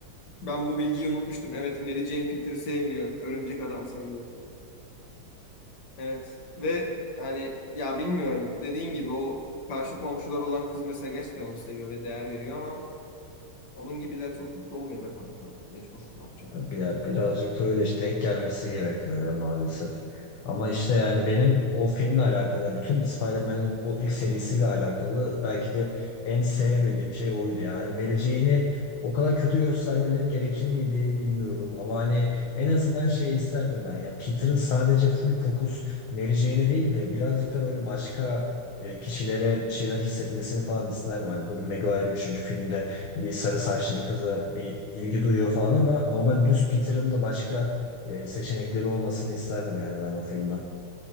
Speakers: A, on the left; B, on the left.
A: Ben bu bilgiyi unutmuştum. Evet Mary Jane Peter'ı sevmiyor. Örümcek Adam seviyor. Evet. Ve yani ya bilmiyorum. Dediğin gibi o karşı komşular olan kız mesela gerçekten onu seviyor ve değer veriyor ama onun gibiler çok mutlu olmuyor be kanka. Mecbur. Ne yapacaksın?
B: Abi Ya birazcık da öyle işte denk gelmesi gerekiyor ya maalesef. Ama işte yani benim o filmle alakalı, bütün Spider-Man'in o ilk serisiyle alakalı belki de en sevmediğim şey oydu ya. Yani Mary Jane'i o kadar kötü göstermeleri gerekir miydi bilmiyorum. Ama hani en azından şey isterdim ben ya. Peter'ın sadece full fokus Mary Jane'e değil de birazcık da böyle başka e, kişilere bir şeyler hissetmesini falan isterdim. Hani Bully Maguire üçüncü filmde bir sarı saçlı bir kıza bir ilgi duyuyor falan ama normal düz Peter'ın da başka e, seçenekleri olmasını isterdim yani ben o filmden.